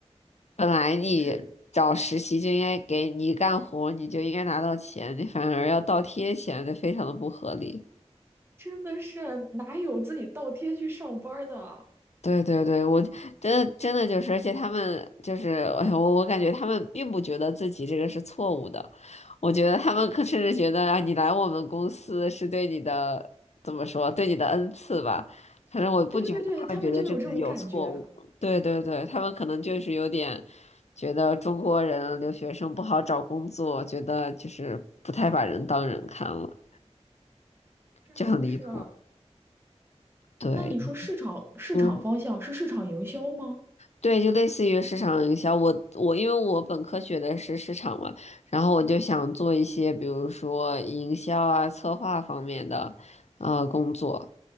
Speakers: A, on the left (about 75°); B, on the right (about 20°).
A: 本来你找实习就应该给你干活，
B: 这。
A: 你就应该拿到钱，你反而要倒贴钱，这非常的不合理。
B: 真的是哪有自己倒贴去上班儿的？
A: 对对对，我真的真的就是，而且他们就是，哎呀我我感觉他们并不觉得自己这个是错误的，我觉得他们可甚至觉得啊，你来我们公司是对你的怎么说，对你的恩赐吧。反正我不觉得他们觉得这个有错误。
B: 对对对，他们就有这种感觉，
A: 对对对，他们可能就是有点觉得中国人留学生不好找工作，觉得就是不太把人当人看了，
B: 真的是。
A: 就很离谱。对。
B: 那你说市场市场方向是市场营销吗？
A: 嗯。对，就类似于市场营销。我我因为我本科学的是市场嘛，然后我就想做一些，比如说营销啊、策划方面的呃工作，